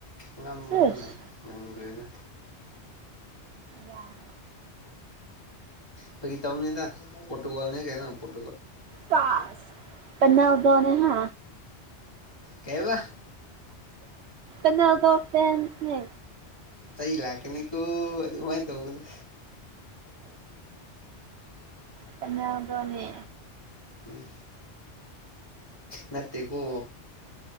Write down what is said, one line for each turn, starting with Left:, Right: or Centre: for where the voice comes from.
Left: ꯉꯝꯕ
Right: ꯁꯦꯁ
Left: ꯃꯤꯅ ꯉꯝꯈ꯭ꯔꯦꯗ
Right: ꯌꯥꯏ
Left: ꯐꯒꯤ ꯇꯅꯦꯗ ꯄꯣꯇꯣꯒꯣꯜꯅꯦ ꯀꯩꯅ ꯄꯣꯣ
Right: ꯁꯥꯥꯁ ꯄꯅꯗꯅꯦ ꯍꯥ
Left: ꯀꯩꯕ
Right: ꯅꯗ ꯐꯁꯅꯦ
Left: ꯆꯩ ꯂꯥꯛꯀꯅꯤꯀꯣ ꯑꯗꯨꯃꯥꯏꯅ ꯇꯧꯒꯅ
Right: ꯀ ꯣꯅꯤ
Left: ꯎꯝ ꯅꯠꯇꯦ ꯀꯣ